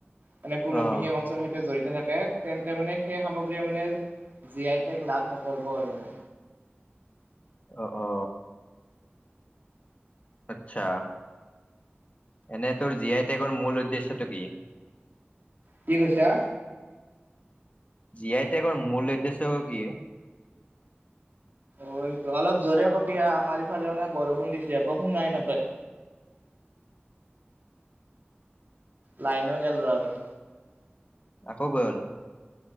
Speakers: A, on the right (about 50°); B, on the left (about 35°).
A: মানে কোনো
B: অ
A: বিশেষ অঞ্চলৰ সৈতে জড়িত থাকে। তেন্তে মানে সেই সামগ্ৰীয়ে মানে, জি, আই, টেক, লাভ নকৰিব আৰু মানে
B: অ, অ, আচ্ছা। এনে তোৰ, জি, আই, টেগৰ, মূল উদ্দেশ্যটো কি?
A: কি কৈছা?
B: জি, আই, টেকৰ, মূল উদ্দেশ্য কি?
A: হয়টো, অলপ জোৰে কবি হা, আমাৰ ইফালে মানে বৰষুণ দিছে, একো শুনাই নাপায়। লাইনো, গেল ৰ, আৰু।
B: আকৌ গ'ল।